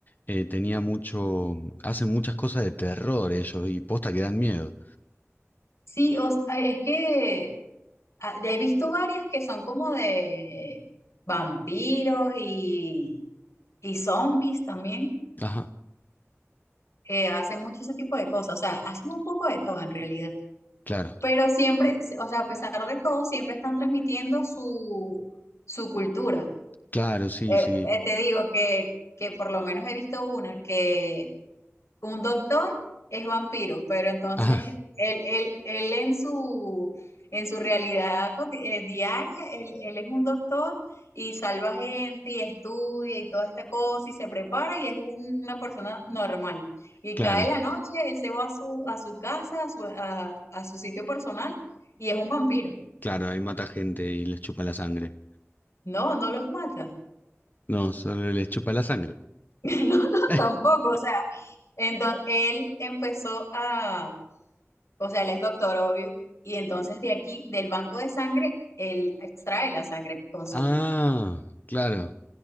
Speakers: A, on the left; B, on the left.
A: eh, tenía mucho, hacen muchas cosas de terror ellos y posta que dan miedo.
B: Sí, o s- es que ah, he visto varias que son como de vampiros y, Y zombies también
A: Ajá,
B: eh, hacen mucho ese tipo de cosas, o sea, hacen un poco de todo en realidad,
A: claro,
B: pero siempre, o sea, a pesar de todo, siempre están transmitiendo su, su cultura.
A: claro, sí,
B: Eh,
A: sí.
B: eh, te digo que, que por lo menos he visto una que Un doctor es vampiro, pero entonces
A: <laughs> Ajá,
B: él, él, él en su, en su realidad coti- eh, diaria, él, él es un doctor y salva gente y estudia y toda esta cosa y se prepara y es un- una persona normal. Y
A: claro,
B: cae la noche, él se va a su, a su casa, a su, a, a su sitio personal y es un vampiro.
A: claro, ahí mata gente y les chupa la sangre.
B: No, no los mata.
A: No, solo les chupa la sangre.
B: <laughs> No, no,
A: <laughs>
B: tampoco. O sea, entonces él empezó a O sea, él es doctor, obvio. Y entonces de aquí, del banco de sangre, él extrae la sangre que consume.
A: Ah, claro.